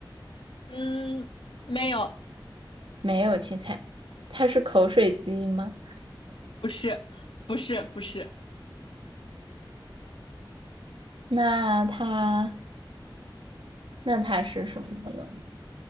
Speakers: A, on the left; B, on the right.
A: 嗯，没有，
B: 没有青菜，它是口水鸡吗？
A: 不是，不是，不是。
B: 那它那它是什么呢？